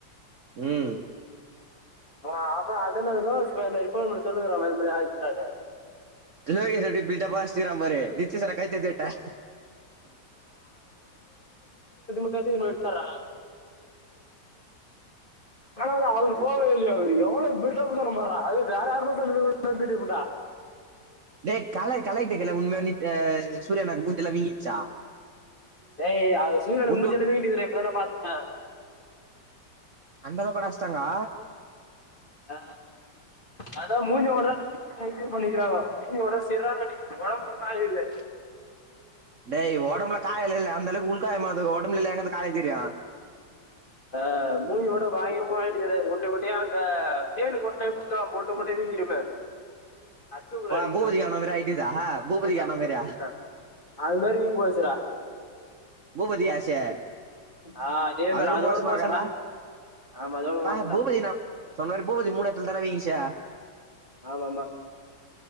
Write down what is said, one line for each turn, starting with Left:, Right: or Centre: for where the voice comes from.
Right: ம்
Left: அவே அப்ப அதென்ன லோகேஷ் பைய மாரி கோழிமூட்டி சொல்லினுகிறானா இது மாரி ஆயிச்சானு
Right: லோகேஸ் ஓரே பில்டப்பா அஷ்டுகிரா பாரு டிச்சு சரக் கைத்தட்டி உட்டே
Left: காத்துக்கு முன்ன எத்தாறா <inaudible> ஆனாலு அவரு போகவே இல்லயே அவரு எவ்வளோ பில்டப்பு சொன்னே பார்ரா அது வேற யார்னா சொல்லியிருந்த நம்பிட்டு இருப்பே டா
Right: டேய் கலை கலை தெரியுல்ல உண்மை யான்மே யா சூரியா அண்ணாக்கு மூஞ்சிலா விங்கிச்சா
Left: டேய் அது சூரியா அண்ணாக்கு
Right: உண்டு
Left: மூஞ்சில்ல வீங்கிட்டு இருக்குதுடா இப்பதான்டா பாத்தே
Right: அந்தளவுக்காடா அஷ்டாங்கா
Left: அ அதா மூஞ்சிய மட்டும்தா <inaudible> இது பண்ணிக்கிறாங்கோ மூஞ்சிலதா செரியான அடி உடம்புல ஒரு காயோ இல்ல
Right: டேய் ஒடம்புல காய்யோ இல்லல்ல அந்த அளவுக்கு உள் காயமா இருந்தகருக்கு ஒடம்புல எங்க இருந்து காய்யோ தெரியு
Left: ஆ மூஞ்சியோட பயங்கரமா ஆயிட்டுகிறாரு உண்ட உண்டையா அங்க தேள் கொட்டனா எப்டி இருக்கு முட்ட முட்டையா வீங் வீங்கிருமே !!!
Right: வா, பூபதி
Left: !
Right: அண்ணன்
Left: !
Right: மாதிரி ஐடிதா
Left: !
Right: பூபதி
Left: !
Right: அண்ணன்
Left: !
Right: மாதிரியா
Left: !! அதுமாரியு பேசுறா
Right: பூபதியச்சே
Left: ஆ அதே
Right: அததோடு
Left: மாதிரி அதோட
Right: மோசோ சும்மா
Left: மோசம்டா
Right: இருகாரா
Left: ஆமா அதோட மோசம்டா
Right: அ பூபதி நா சொன்னரு பூபதி மூணு அத்துன் எடோ வீங்கிச்சே
Left: ஆமாம்மா